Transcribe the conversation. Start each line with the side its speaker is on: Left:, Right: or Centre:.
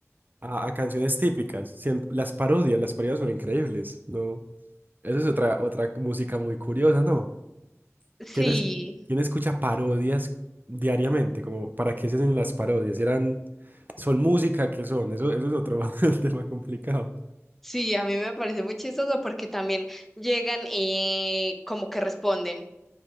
Right: a, a canciones típicas. Sien- las parodias, las parodias son increíbles, ¿no? Eso es otra, otra música muy curiosa, ¿no?
Centre: Sí,
Right: ¿Quién es, quién escucha parodias diariamente? Como, ¿para qué se hacen las parodias? ¿Eran, son música? ¿Qué son? Eso, eso es otro <laughs> tema complicado.
Centre: sí, a mí me parece muy chistoso porque también llegan y como que responden.